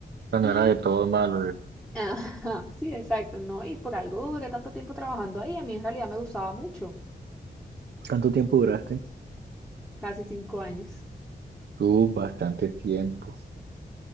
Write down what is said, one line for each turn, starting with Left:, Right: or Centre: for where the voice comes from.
Right: sea,
Centre: Y,
Right: no era de todo malo. eh.
Centre: <laughs> ajá, sí, exacto, ¿no? Y por algo duré tanto tiempo trabajando ahí, a mí en realidad me gustaba mucho,
Right: ¿Cuánto tiempo duraste?
Centre: casi cinco años.
Right: Tú, bastante tiempo.